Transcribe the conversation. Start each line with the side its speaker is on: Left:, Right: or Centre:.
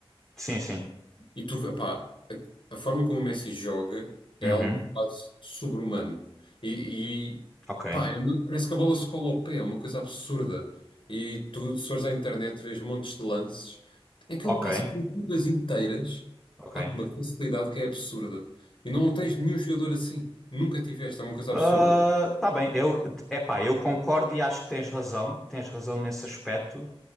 Centre: Sim, sim.
Left: E tu, vê- pá, a, a forma como o Messi joga é
Centre: Uhum.
Left: algo quase sobre-humano. E, e,
Centre: Ok.
Left: pá, é uma- parece que a bola se cola ao pé, é uma coisa absurda. E tu, se fores à internet, vês montes de lances em que
Centre: Ok.
Left: ele passa por equipas inteiras,
Centre: Ok.
Left: pá, com uma facilidade que é absurda. E não tens nenhum jogador assim. Nunca tiveste, é uma coisa
Centre: Ah,
Left: absurda.
Centre: tá bem, eu, epá, eu concordo e acho que tens razão, tens razão nesse aspecto.